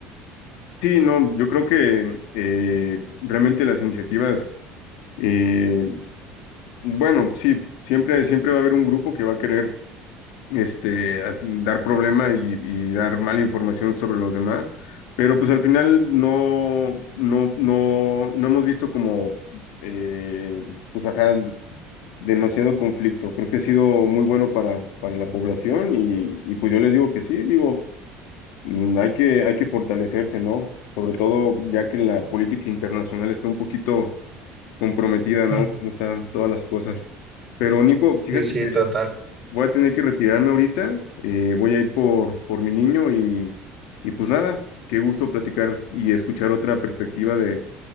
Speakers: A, on the left; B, on the right.
A: Sí, no, yo creo que eh, realmente las iniciativas, eh, bueno, sí, siempre, siempre va a haber un grupo que va a querer este, as- dar problema y, y dar mala información sobre los demás. Pero pues al final no, no, no, no hemos visto como, eh, pues ajá, demasiado conflicto. Creo que ha sido muy bueno para, para la población y, y pues yo les digo que sí, digo, mm, hay que, hay que fortalecerse, ¿no? Sobre todo ya que la política internacional está un poquito comprometida, ¿no?
B: Mm,
A: Como están todas las cosas. Pero Nico, fíjate
B: Sí, sí, total.
A: Voy a tener que retirarme ahorita, eh, voy a ir por, por mi niño y, y pues nada, qué gusto platicar y escuchar otra perspectiva de